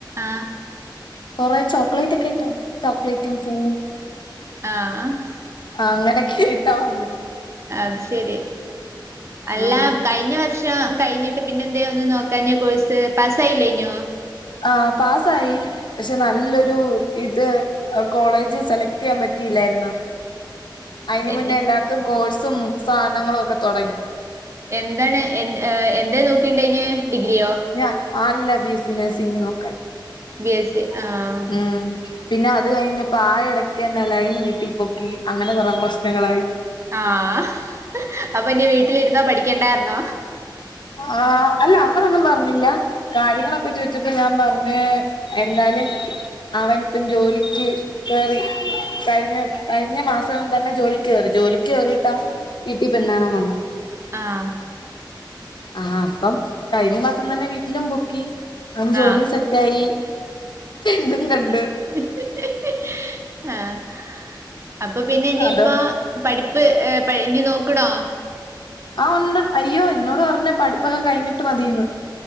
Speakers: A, on the right; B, on the left.
A: ആഹ്
B: കൊറെ ചോക്ലേറ്റ് ഒക്കെ ഇട്ട് ചോക്ലേറ്റും പൂവും
A: ആങ്‌ഹ്
B: ആഹ് അങ്ങനെക്കെട്ടാ വന്നെ
A: അത് ശരി അല്ല
B: ആഹ്
A: കയിഞ്ഞ വർഷം കയിഞ്ഞിട്ട് പിന്നെ എന്ത ഒന്നും നോക്കാഞ്ഞു കോഴ്സ് പാസ്സായില്ലേഞ്ഞു
B: ആഹ് പാസ്സായി പക്ഷെ നല്ലൊരു ഇത് കോളേജ് സെലക്ട് യ്യാൻ പറ്റിയില്ലാരുന്നു അതിന്
A: എന്ത്
B: മുന്നേ എല്ലാടത്തും കോഴ്സും സാധനങ്ങളും ഒക്കെ തൊടങ്ങി
A: എന്താണ് എ എന്താ നോക്കേ ണ്ടന് ഡിഗ്രിയോ
B: ഞ അല്ല ബിസിനസിങ് നോക്കാൻ
A: ബി എസ് സി ആഹ്
B: ഉം പിന്നെ അത് കഴിഞ്ഞപ്പ പായ എടക്ക് തന്നെ ലൈൻ വീട്ടി പൊക്കി അങ്ങന കൊറെ പ്രശ്നങ്ങളായി
A: ആഹ്ങ്‌ അപ്പ ഇനി വീട്ടിലിരുന്നോ പഠിക്കണ്ടാ റിഞ്ഞോ
B: ആഹ് അല്ല അങ്ങനൊന്നും പറഞ്ഞില്ല കാര്യങ്ങളൊക്കെ ചോയിച്ചപ്പ ഞാൻ പറഞ്ഞു എന്നാലും അവനിപ്പം ജോലിക്ക് കേറി കഴിഞ്ഞ കഴിഞ്ഞ മാസം തന്നെ ജോലിക്ക് കേറി ജോലിക്ക് കേറിട്ടാ വീട്ടി പെണ്ണ് ണാൻ വന്നെ
A: ആഹ്
B: ആഹ് അപ്പം കഴിഞ്ഞ മാസം തന്നെ വീട്ടിലും പൊക്കി അവൻ ജോലീം
A: ആഹ്
B: സെറ്റായി പെണ്ണും കണ്ട്
A: ഹി ഹി ഹി ആഹ് അപ്പ പിന്ന ഇനിയിപ്പ
B: അതോ
A: പഠിപ്പ് ഏഹ് ഇപ്പ ഇനി നോക്കണോ
B: ആഹ് ഉണ്ട് അയ്യോ എന്നോട് പറഞ്ഞേ പഠിപ്പൊക്കെ കയിഞ്ഞിട്ട് മതിന്ന്